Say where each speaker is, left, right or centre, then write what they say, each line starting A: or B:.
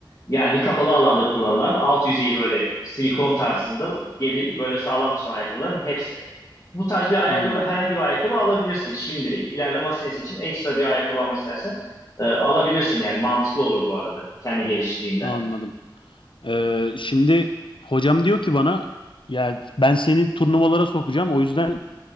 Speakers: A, on the left; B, on the left.
A: Yani kapalı alanda kullanılan alt yüzeyi böyle silikon tarzında geri böyle sağlam tutan ayakkabıların hepsi. Bu tarz bir ayakkabı
B: anladım
A: herhangi bir ayakkabı alabilirsin şimdilik. İleride masa tenisi için ekstra bir ayakkabı almak istersen e, alabilirsin yani mantıklı olur bu arada kendi geliştirdiğinde.
B: anladım. Ee, şimdi hocam diyor ki bana ya ben seni turnuvalara sokacağım. O yüzden